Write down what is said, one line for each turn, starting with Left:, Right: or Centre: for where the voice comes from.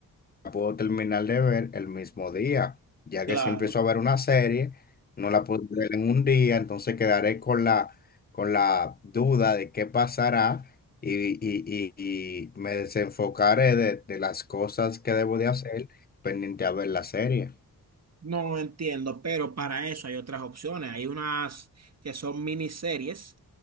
Left: la puedo terminar de ver el mismo día, ya
Right: Claro.
Left: que si empiezo a ver una serie, no la puedo ver en un día, entonces quedaré con la, con la duda de qué pasará y, y- y- y me desenfocaré de, de las cosas que debo de hacer pendiente a ver la serie.
Right: No entiendo, pero para eso hay otras opciones. Hay unas que son miniseries